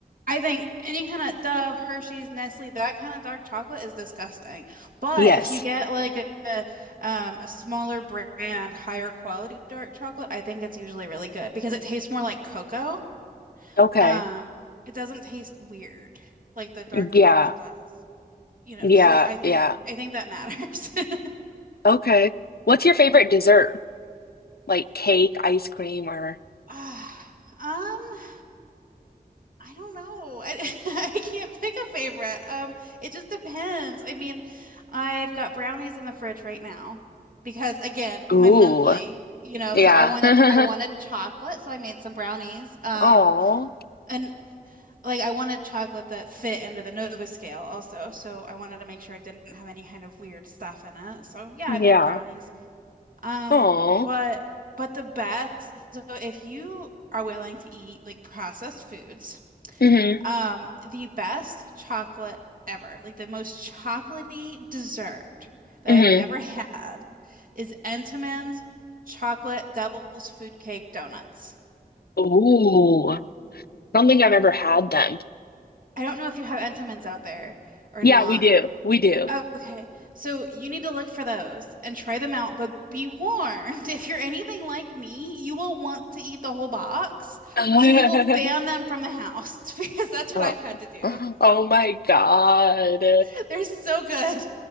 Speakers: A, on the right; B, on the left.
A: I think any kind of Dove, Hershey's, Nestle, that kind of dark chocolate is disgusting. But
B: yes.
A: if you get like a, a, um, a smaller brand, higher quality dark chocolate, I think it's usually really good because it tastes more like cocoa.
B: Okay.
A: Um, it doesn't taste weird like the dark
B: Yeah.
A: chocolate does, you know.
B: Yeah.
A: So I think
B: Yeah.
A: I think that matters. <laughs>
B: Okay. What's your favorite dessert? Like cake, ice cream, or
A: Ah, um, I don't know. I, <laughs> I can't pick a favorite. Um, it just depends. I mean, I've got brownies in the fridge right now because again,
B: Ooh.
A: my monthly, you know,
B: Yeah.
A: so I wanted
B: <laughs>
A: I wanted chocolate, so I made some brownies. Um,
B: Oh.
A: and like I wanted chocolate that fit into the Nova scale also, so I wanted to make sure it didn't have any kind of weird stuff in it. So yeah,
B: Yeah.
A: I made brownies. Um,
B: Oh.
A: but but the best, so if you are willing to eat like processed foods,
B: Mm-hmm.
A: um, the best chocolate ever, like the most chocolatey dessert that
B: Mm-hmm.
A: I've ever had is Entenmann's chocolate devil's food cake donuts.
B: Ooh. I don't think I've ever had them.
A: I don't know if you have Entenmann's out there or
B: Yeah,
A: not.
B: we do. We do.
A: Okay, so you need to look for those and try them out, but be warned, <laughs> if you're anything like me, you will want to eat the whole box.
B: <laughs>
A: So you will ban them from the house <laughs> because that's what
B: Oh.
A: I've had to do.
B: Oh my God.
A: <laughs> They're so good.